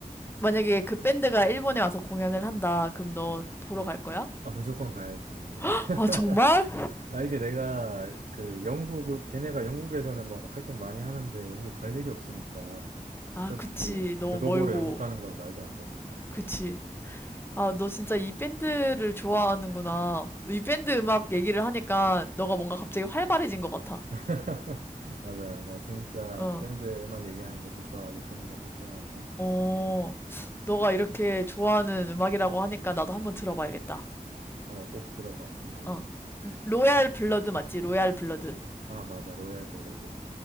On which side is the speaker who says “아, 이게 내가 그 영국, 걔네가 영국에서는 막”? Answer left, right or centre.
Right